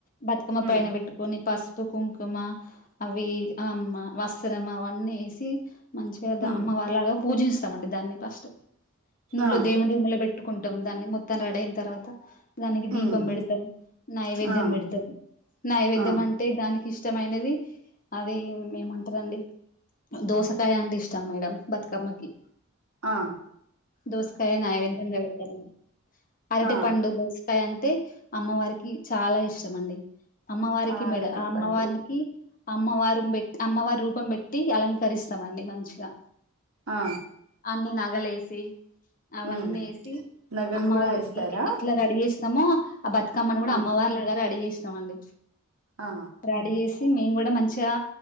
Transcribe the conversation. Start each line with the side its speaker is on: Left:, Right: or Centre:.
Left: బతుకమ్మ పైన
Right: ఉమ్
Left: పెట్టుకొని పసుపు కుంకుమా అవి ఆ మ వస్త్రం అవ న్నేసి మంచిగా
Right: ఉమ్
Left: అమ్మవారిలాగా పూజిస్తామండి దాన్ని ఫస్ట్ ఇంట్లో
Right: ఆ
Left: దేవుని రూములో పెట్టుకుంటాం దాన్ని మొత్తం రెడి అయిన తర్వాత దానికి దీ
Right: ఉమ్
Left: పం పెడుతా నైవేద్యం
Right: ఆ
Left: పెడుతము నైవేద్యం
Right: ఆ
Left: అంటే దానికి ఇష్ ష్టమైనది అది ఏమంటారండి దోసకాయ అంటే ఇష్టం మేడం బతుకమ్మకి
Right: ఆ
Left: దోసకాయ నైవేద్యంగా పెడుతారం అరటి
Right: ఆ
Left: పండు దోసకాయ అం అమ్మవారికి చాలా ఇష్టం అండి అమ్మవారికి
Right: ఆ అరటి
Left: మెడ్ అమ్మవారికి
Right: పండు
Left: అమ్మవారూం పెట్ అమ్మవారి రూపం పెట్టి అలంకరిస్తామండి మంచిగా
Right: ఆ
Left: అన్ని నగలేసి అవన్నేసి
Right: ఉమ్ నగలు
Left: అమ్మవారికి
Right: కూడా వేస్తారా
Left: ఎట్లా రడి చేేస్ స్తమో ఆ బతుకమ్మని కూడా
Right: ఆ
Left: అమ్మవారిలాగ రడి చేేస్తామండి
Right: ఆ
Left: రాడీ చేసి మేము కూడా మంచిగా